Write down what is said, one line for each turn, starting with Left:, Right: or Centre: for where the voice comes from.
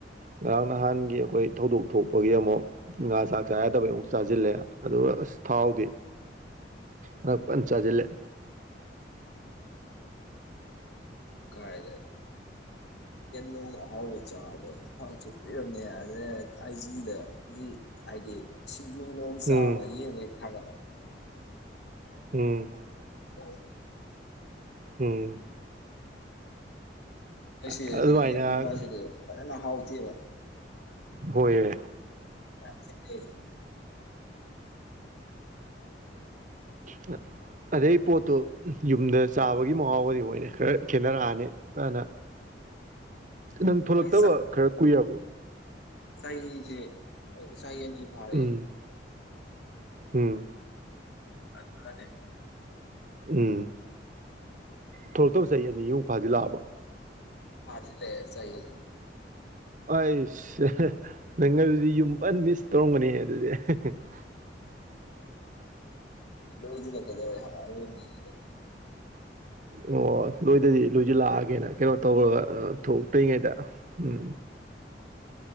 Right: ꯉꯔꯥꯡ ꯅꯍꯥꯟꯒꯤ ꯑꯩꯈꯣꯏ ꯊꯧꯗꯣꯛ ꯊꯣꯛꯄꯒꯤ ꯑꯃꯨꯛ ꯉꯥ ꯆꯥꯛ ꯆꯥ ꯌꯥꯗꯕꯒꯤ ꯑꯃꯨꯛ ꯆꯥꯁꯤꯜꯂꯦ ꯑꯗꯨꯒ ꯑꯁ ꯊꯥꯎꯗꯤ ꯑ ꯐꯅ ꯆꯥꯁꯤꯜꯂꯦ
Left: ꯀꯥꯏ ꯑꯣ ꯍꯕ ꯆꯕ ꯆꯄꯅꯤꯦ ꯌꯥꯔꯦ ꯑꯩꯗ ꯍꯥꯏꯗꯤ ꯣꯡ
Right: ꯎꯝ
Left: ꯆꯕ ꯊ
Right: ꯎꯝ
Left: <unintelligible> <inaudible>
Right: ꯎꯝ
Left: ꯑꯁꯤ ꯌꯦꯁꯤꯗꯅ
Right: ꯑꯗꯨꯃꯥꯏꯅ
Left: ꯍꯥꯎ ꯊꯕ
Right: ꯍꯣꯏ
Left: <unintelligible>
Right: ꯑ <unintelligible> ꯑꯗꯩ ꯄꯣꯠꯇꯣ ꯌꯨꯝꯗ ꯆꯥꯕꯒꯤ ꯃꯍꯥꯎꯒꯗꯤ ꯃꯣꯏꯅ ꯈꯔ ꯈꯦꯠꯅꯔꯛꯑꯅꯤ ꯐꯅ ꯅꯪ ꯊꯣꯂꯛꯇꯕ
Left: ꯃꯣꯏ
Right: ꯈꯔ ꯀꯨꯏꯕ
Left: ꯁꯍꯤꯁ ꯁꯍꯤꯅꯤ ꯐꯥꯔꯦ
Right: ꯎꯝ ꯎꯝ
Left: ꯑꯗꯨ ꯃꯥꯅꯦ
Right: ꯎꯝ ꯊꯣꯛꯂꯛꯇꯕ ꯆꯍꯤ ꯑꯅꯤ ꯑꯨꯛ ꯐꯥꯖꯤꯜꯂꯛꯑꯕ꯭ꯔꯣ
Left: ꯐꯗ ꯂꯩ ꯆꯥꯏ
Right: ꯑꯩꯁꯦ ꯅꯪ ꯑꯗꯨ ꯑꯗꯨꯗꯤ ꯌꯨꯝ ꯄꯜ ꯃꯤꯁ ꯇꯧꯔꯝꯒꯅꯤ ꯑꯗꯨꯗꯤ ꯍ <unintelligible>
Left: ꯂ ꯀꯇ <unintelligible> <inaudible>
Right: ꯑꯣ ꯂꯣꯏꯗꯗꯤ ꯂꯣꯏꯁꯤ ꯂꯥꯛꯑꯒꯦꯅ ꯀꯩꯅꯣ ꯇꯧꯔꯒ ꯊꯣꯛꯇ꯭ꯔꯤꯉꯩꯗ ꯎꯝ